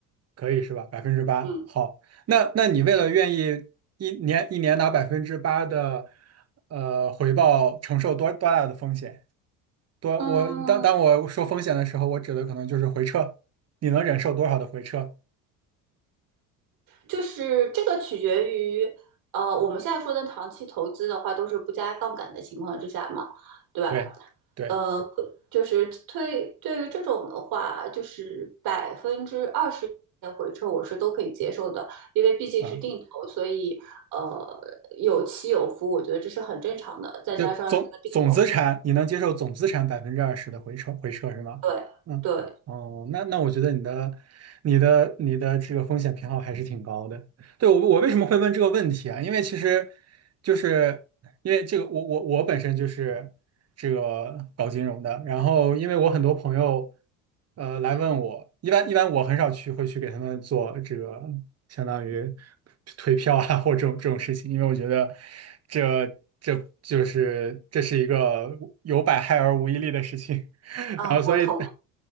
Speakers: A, on the right; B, on the right.
A: 可以是吧？百分之八，
B: 嗯
A: 好，那那你为了愿意一年一年拿百分之八的呃回报，承受多多大的风险？多我当当我说风险的时候，
B: 嗯，
A: 我指的可能就是回撤，你能忍受多少的回撤？
B: 就是这个取决于呃我们现在说的长期投资的话，都是不加杠杆的情况之下嘛，对吧？
A: 对对
B: 呃，就是推对于这种的话，就是百分之二十的回撤我是都可以接受的，因为毕竟是定投，
A: 啊，
B: 所以呃有起有伏，我觉得这是很正常的。再加上是个定投，
A: 就总总资产，你能接受总资产百分之二十的回撤回撤是吗？
B: 对对
A: 嗯，哦，那那我觉得你的你的你的这个风险偏好还是挺高的。对，我我为什么会问这个问题啊？因为其实就是因为这个，我我我本身就是这个搞金融的，然后因为我很多朋友呃来问我，一般一般我很少去会去给他们做这个相当于推票啊或这种这种事情，因为我觉得这这就是这是一个有百害而无一利的事情，<laughs>
B: 啊，
A: 然后所以
B: 我同